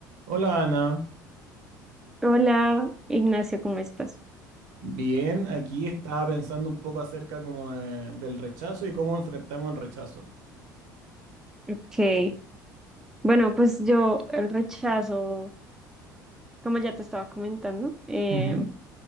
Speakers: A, on the right; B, in the centre.
A: Hola Ana,
B: Hola, Ignacio, ¿cómo estás?
A: bien, aquí estaba pensando un poco acerca como de- del rechazo y cómo enfrentamos el rechazo.
B: Ok. Bueno, pues yo el rechazo, como ya te estaba comentando, eh,
A: Ujú.